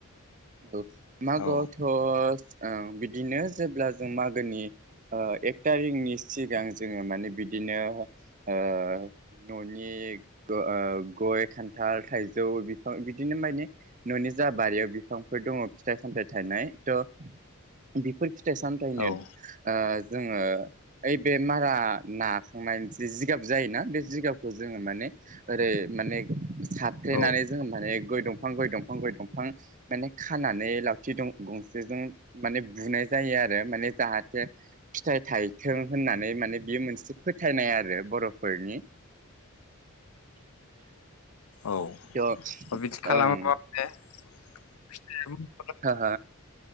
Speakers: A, on the right (about 35°); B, on the left (about 90°).
A: द मागोआवथ'
B: औ
A: ओ बिदिनो जेब्ला जों मागोनि ओ एक थारिखनि सिगां जोङो माने बिदिनो ओ न'नि ओ गय खान्थाल थाइजौ बिफां बिदिनो माने न'नि जा बारियाव बिफांफोर दङ फिथाइ सामथाय थनाय थ' बेफोर सामथायनो
B: औ
A: ओ जोङो ओइ बे मारा नाखांनाय जि जिगाब जायोना बे जिगाबखौ जोङो माने ओरै माने सारफ्लेनानै
B: औ
A: जोंङो माने। गय दंफां गय दंफां गय दंफां माने खा खानानै लावथि गंसेजों माने बुनाय जायो आरो, माने जाहाथे फिथाइ थायथों होननानै माने बेयो मोनसे फोथायनाय आरो बर'फोरनि।
B: औ
A: थ'
B: अ बिदि खालामाब
A: ओं
B: दे <inaudible> औ <unintelligible>
A: ह ह।